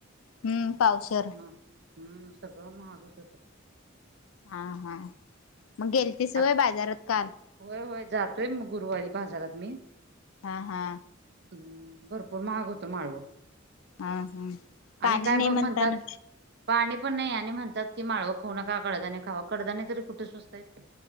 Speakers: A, on the left (about 85°); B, on the right (about 55°).
A: हम्म पावशर.
B: म हम्म सगळं महागस होतं.
A: हा-हा मग गेलतीसं
B: आ
A: वय बाजारात काल?
B: होय होय जातोय मग गुरुवारी बाजारात मी.
A: हा हा.
B: हम्म. भरपूर महाग होतं माळवं.
A: हा हा पाणी
B: आणि काय
A: नाही
B: बघ
A: म्हणताना
B: म्हणतात पानी पण नाही आणि म्हणतात की माळंवं खाऊ नका कडदाने खावा. कडदाने तरी कुठं स्वसतायत.